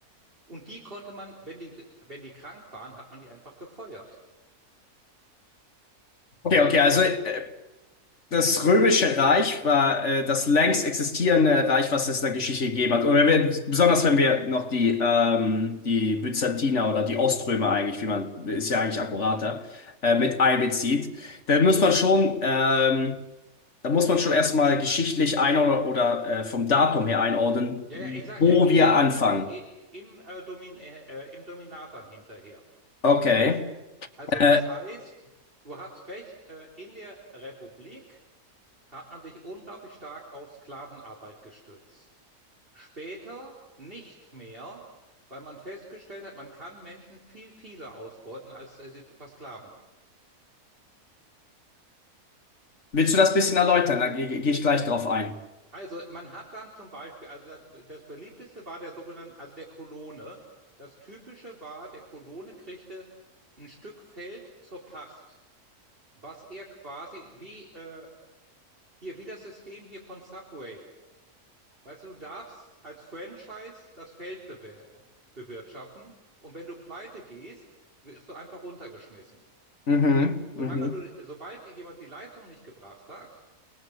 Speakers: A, on the right (about 35°); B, on the left (about 50°).
A: Und die konnte man, wenn die, wenn die krank waren, hat man die einfach gefeuert.
B: Okay, okay, also äh, Das Römische Reich war äh, das längst existierende Reich, was es in der Geschichte gegeben hat. Und wenn wir, besonders wenn wir noch die, ähm, die Byzantiner oder die Oströmer eigentlich, wie man, ist ja eigentlich akkurater, äh, mit einbezieht, dann muss man schon, ähm, da muss man schon erstmal geschichtlich einordnen oder äh, vom Datum her einordnen,
A: Ja, ja, ich sag
B: wo
A: ja, im,
B: wir
A: Ka-
B: anfangen.
A: also i- im, äh, Domin äh, äh, im Dominat dann hinterher.
B: Okay.
A: Also
B: Äh,
A: das heißt, du hast recht, äh, in der Republik hat man sich unglaublich stark auf Sklavenarbeit gestützt. Später nicht mehr, weil man festgestellt hat, man kann Menschen viel fieser ausbeuten, als äh, sie zu versklaven.
B: Willst du das bisschen erläutern? Da gehe geh ich gleich drauf ein.
A: Also man hat dann zum Beispiel, also das, das beliebteste war der sogenannte, also der Kolone. Das typische war, der Kolone kriegte ein Stück Feld zur Pacht, was er quasi wie äh, hier, wie das System hier von Subway. Weißt du, du darfst als Franchise das Feld bewer bewirtschaften und wenn du pleite gehst, wirst du einfach runtergeschmissen.
B: Mhm, mhm.
A: Solange du, sobald dir jemand die Leistung nicht gebracht hat,